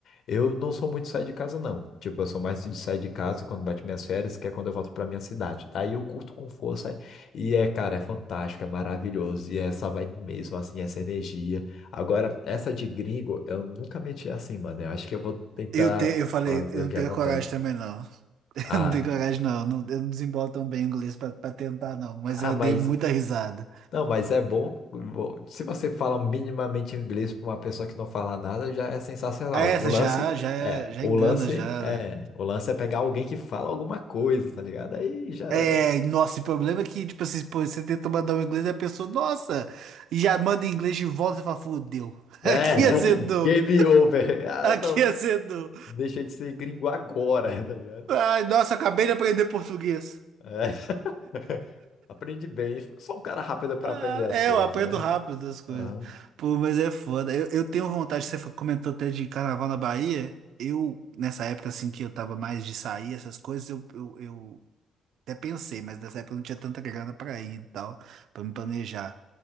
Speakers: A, on the left (about 70°); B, on the right (about 75°).
A: eu não sou muito de sair de casa, não. Tipo, eu sou mais de sair de casa quando bate minhas férias, que é quando eu volto pra minha cidade. Daí eu curto com força e é, cara, é fantástico, é maravilhoso. E é essa vibe mesmo, assim, essa energia. Agora, essa de gringo, eu nunca meti assim, mano. Eu acho que eu vou tentar
B: Eu, te, eu falei,
A: fazer
B: eu
A: o
B: não
A: que
B: tenho
A: acontece.
B: coragem também, não. <laughs>
A: Ah,
B: Eu não tenho coragem, não. Eu não, eu não desembolo tão bem o inglês pra, pra tentar, não. Mas
A: ah,
B: eu
A: mas.
B: dei muita risada.
A: Não, mas é bom. bom, Se você fala minimamente inglês para uma pessoa que não fala nada, já é sensacional.
B: Ah, Essa
A: O lance
B: já, já,
A: é,
B: já
A: o
B: engana,
A: lance
B: já.
A: é,
B: né?
A: o lance é pegar alguém que fala alguma coisa, tá ligado? Aí já
B: É,
A: era.
B: nossa, o problema é que, tipo assim, pô, você tenta mandar um inglês e a pessoa, nossa, e já manda em inglês de volta e fala, fudeu. <laughs>
A: É,
B: Aqui
A: <laughs>
B: azedou.
A: game over. Ah,
B: Aqui
A: não,
B: azedou.
A: deixei de ser gringo agora, <laughs> tá ligado?
B: Ai, nossa, acabei de aprender português.
A: É. <laughs> Aprendi bem. Sou um cara rápido para
B: Ah,
A: aprender as
B: é,
A: coisas,
B: eu aprendo
A: tá ligado?
B: rápido as coisas.
A: Aham.
B: Pô, mas é foda. Eu, eu tenho vontade, você comentou até de carnaval na Bahia. Eu, nessa época assim que eu tava mais de sair, essas coisas, eu, eu, eu até pensei, mas nessa época eu não tinha tanta grana pra ir e tal, pra me planejar.